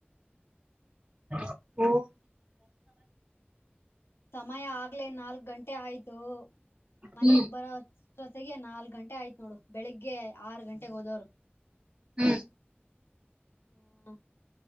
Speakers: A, on the right (about 30°); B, on the left (about 75°).
A: ಹಓ <inaudible>
B: ಸಮಯ ಆಗ್ಲೆ ನಾಲ್ಕ್ ಗಂಟೆ ಆಯ್ತು ಮನೆಗ್
A: ಹ್ಮ್
B: ಬರೋ ಜೊತೆಗೆ ನಾಲ್ಕ್ ಗಂಟೆ ಆಯ್ತತ್ ನೋಡು ಬೆಳಿಗ್ಗೆ ಆರು ಗಂಟೆಗೆಗ್ ಹೋದವ್ರು
A: ಹ್ಮ್
B: ಹ